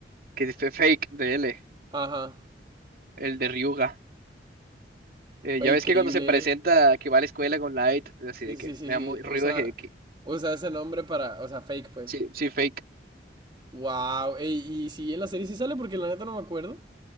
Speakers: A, on the right; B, on the right.
A: que es fake de L,
B: Ajá.
A: el de Ryuga. Eh,
B: Oye,
A: ya ves
B: increíble.
A: que cuando se presenta
B: ¿eh?
A: que va a la escuela con Light, así
B: Sí,
A: de que
B: sí, sí,
A: me da
B: sí.
A: muy ruido
B: Usa,
A: de que
B: usa ese nombre para, o sea, fake, pues.
A: sí, sí, fake.
B: Wow. y si en la serie sí sale, porque la neta no me acuerdo.